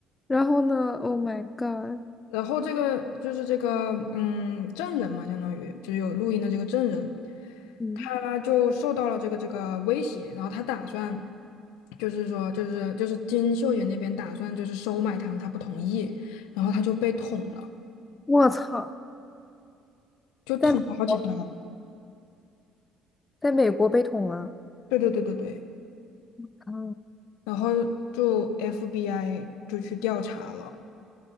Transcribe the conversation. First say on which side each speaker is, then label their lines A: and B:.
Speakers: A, on the left (about 20°); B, on the left (about 85°).
A: 然后呢，Oh my God，
B: 然后这个就是这个嗯证人嘛，相当于就是有录音的这个证人，
A: 嗯，
B: 他就受到了这个这个威胁，然后他打算就是说就是就是金秀贤那边打算就是收买他们，他不同意，然后他就被捅了，
A: 我操，
B: 就捅了好几刀。
A: 在美国，在美国被捅了，
B: 对对对对对，
A: 啊，
B: 然后就 FBI 就去调查了，